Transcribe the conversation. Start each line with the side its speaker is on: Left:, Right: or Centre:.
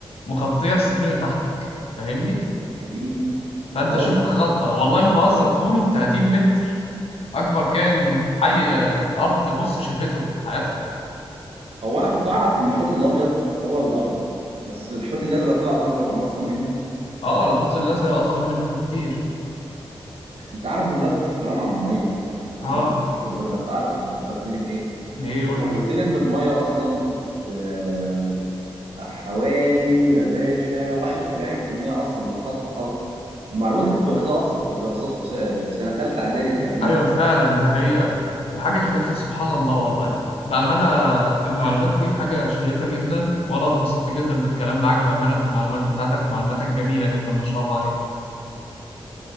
Left: مغطية السفينة تحتك فاهمني
Right: اديني أنت
Left: فانت
Right: بتهزر
Left: شوف الخضة ده والله ما بهزر طوله 30 متر اكبر كائن حي الارض بص شافته في حياتها
Right: هو انا كنت اعرف ان الحوت الابيض هو اللي اكبر بس الحوت الازرق طلع الاكبر أم اصلا منه
Left: اه الحوت الازرق اضخم منه بكتير
Right: انت عارف بمناسبه الكلام عن الميه وبمناسبه
Left: اه
Right: الحوت الازرق انت عارف فكرتني بايه؟
Left: ده ايه يقول
Right: فكرتني
Left: لي
Right: ان الميه اصلا بت- بتبقى حوالي يا باشا 71% اصلا من سطح الارض المعلومه دي كنت واخدها اصلا في الدراسات في سنه, في سنة تالتة اعدادي تقريبا
Left: ايوه فعلا دي حقيقة وحاجة يا اخي سبحان الله والله بأمانة المعلومات دي حاجة شيقة جدا وانا اتبسطت جدا بالكلام معاك بأمانة في المعلومات بتاعتك ومعلوماتك جميلة جدا ما شاء الله عليك